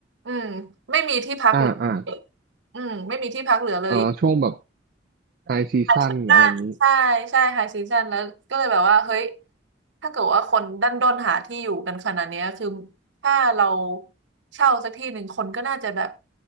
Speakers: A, on the right; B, on the right.
A: อืมไม่มีที่พักเหลือเลย
B: อ่าอ่า
A: อืมไม่มีที่พักเหลือเลย
B: เอ่อช่วงแบบไฮซีซั่นอะไรอย่างนี้
A: อ่าใช่ใช่ไฮซีซันแล้วก็เลยแบบว่าเฮ้ยถ้าเกิดว่าคนดันด้นหาที่อยู่กันขนาดเนี้ยคือถ้าเราเช่าสักที่หนึ่งคนก็น่าจะแบบ